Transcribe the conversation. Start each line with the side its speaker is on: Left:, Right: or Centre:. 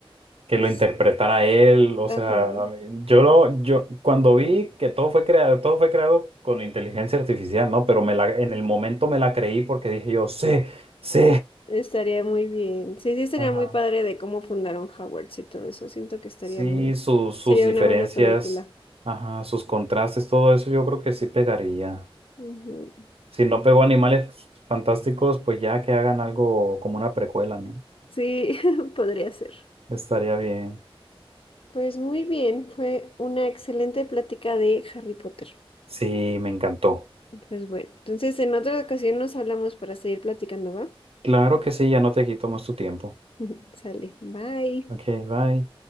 Right: que lo
Left: S-
Right: interpretara él, o
Left: Ajá.
Right: sea, a mí- yo lo, yo cuando vi que todo fue creado, todo fue creado con inteligencia artificial, ¿no? Pero me la, en el momento me la creí porque dije yo, sí. Sí,
Left: Estaría muy bien. Sí, sí, estaría
Right: Ajá.
Left: muy padre de cómo fundaron Hogwarts y todo eso. Siento que estaría
Right: Sí,
Left: muy,
Right: sus, sus
Left: sería
Right: diferencias,
Left: una buena película.
Right: ajá, sus contrastes, todo eso yo creo que sí pegaría.
Left: Ujú.
Right: Si no pegó Animales Fantásticos, pues ya que hagan algo como una precuela, ¿no?
Left: Sí, <laughs> podría ser.
Right: Estaría bien.
Left: Pues muy bien, fue una excelente plática de Harry Potter.
Right: Sí, me encantó.
Left: Pues bueno, entonces en otra ocasión nos hablamos para seguir platicando, ¿va?
Right: Claro que sí, ya no te quito más tu tiempo.
Left: <laughs> Sale, bye.
Right: Ok, bye.